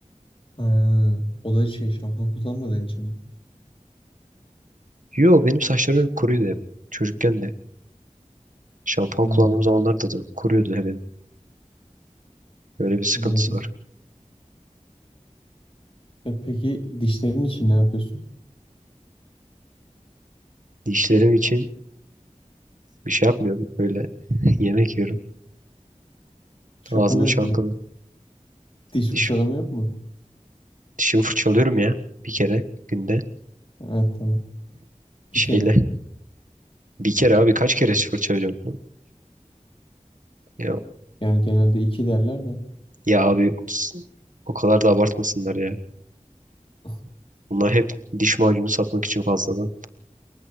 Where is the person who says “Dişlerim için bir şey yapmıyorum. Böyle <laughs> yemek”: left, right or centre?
Right